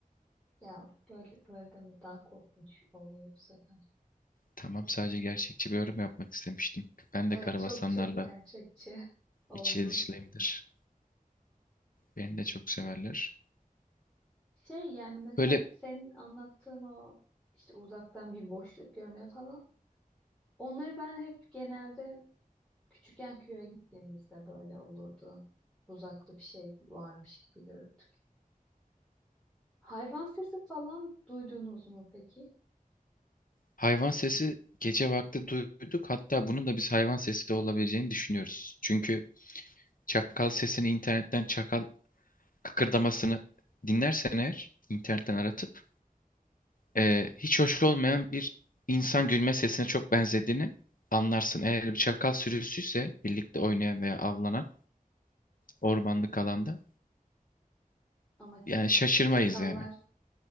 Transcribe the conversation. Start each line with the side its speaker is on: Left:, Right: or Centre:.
Centre: Ya böyle böyle deme daha korkunç oluyor bu sefer.
Left: Tamam sadece gerçekçi bir yorum yapmak istemiştim. Ben
Centre: Evet
Left: de karabasanlarla
Centre: çok çok gerçekçi <laughs> oldu.
Left: içli dışlıyımdır. Beni de çok severler.
Centre: Şey yani mesela
Left: Böyle
Centre: senin anlattığın o işte uzaktan bir boşluk görünüyor falan. Onları ben hep genelde küçükken köye gittiğimizde böyle olurdu. Uzakta bir şey varmış gibi görürdük. Hayvan sesi falan duydunuz mu peki?
Left: Hayvan sesi gece vakti duyduk. Hatta bunun da biz hayvan sesi de olabileceğini düşünüyoruz. Çünkü çakal sesini internetten çakal kıkırdamasını dinlersen eğer internetten aratıp eee, hiç hoş olmayan bir insan gülme sesine çok benzediğini anlarsın. Eğer bir çakal sürüsüyse birlikte oynayan veya avlanan ormanlık alanda
Centre: Ama ç-
Left: yani şaşırmayız
Centre: çakallar
Left: yani.